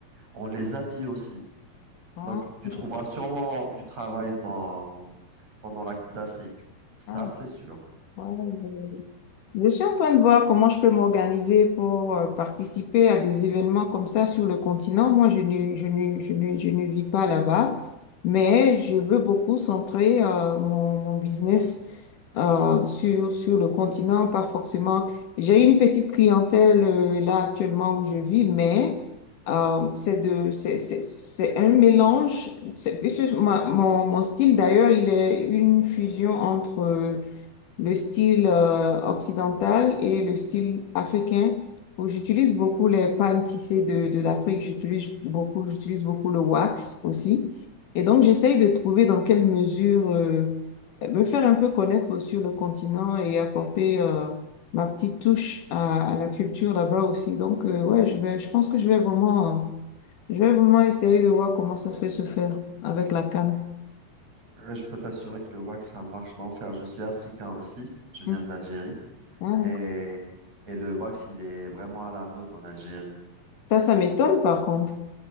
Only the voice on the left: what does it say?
Ah,
je-
ah,
ouais, je- Je suis en train de voir comment je peux m'organiser pour euh, participer à des événements comme ça sur le continent. Moi, je ne, je ne, je ne, je ne vis pas là-bas, mais je veux beaucoup centrer euh, mon, mon business euh, sur, sur le continent, pas forcément. J'ai une petite clientèle euh, là actuellement où je vis, mais euh, c'est de, c'est, c'est, c'est un mélange. C'est plus- ma- mon, mon style d'ailleurs, il est une fusion entre euh, le style euh, occidental et le style africain où j'utilise beaucoup les pagnes tissées de, de l'Afrique. J'utilise beaucoup, j'utilise beaucoup le wax aussi. Et donc, j'essaye de trouver dans quelle mesure euh, me faire un peu connaître sur le continent et apporter euh, ma petite touche à, à la culture là-bas aussi. Donc, euh, ouais, je vais, je pense que je vais vraiment, euh, je vais vraiment essayer de voir comment ça peut se faire avec la canne.
Mm.
Ah,
d'accord.
ça, ça m'étonne par contre.